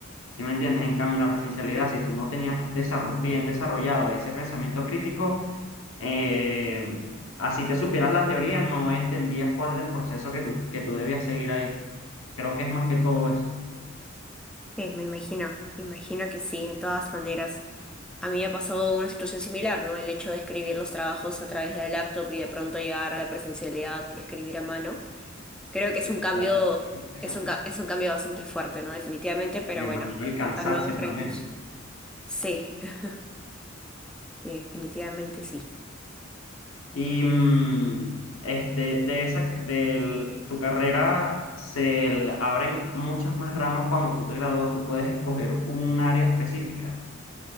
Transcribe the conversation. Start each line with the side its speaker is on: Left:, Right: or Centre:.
Left: ¿Sí me entiendes? En cambio, en la presencialidad,
Centre: Sí.
Left: si tú no tenías desarro- bien desarrollado ese pensamiento crítico, eh, así te supieras la teoría, no entendías cuál era el proceso que tú, que tú debías seguir ahí. Creo que es más que todo eso.
Centre: Sí, me imagino, me imagino que sí, de todas maneras. A mí me ha pasado una situación similar, ¿no? El hecho de escribir los trabajos a través de la laptop y de pronto llegar a la presencialidad y escribir a mano. Creo
Left: Sí,
Centre: que es un cambio,
Left: claro. <laughs>
Centre: es un, ca- es un cambio bastante fuerte, ¿no? Definitivamente,
Left: Sí,
Centre: pero
Left: Me imagino
Centre: bueno,
Left: el cansancio
Centre: a nuevos retos.
Left: también.
Centre: Sí, <laughs> sí, definitivamente sí.
Left: Y mm, este, de esa, de tu carrera se l- abren muchas más ramas cuando tú te gradúas. Tú puedes escoger un área específica.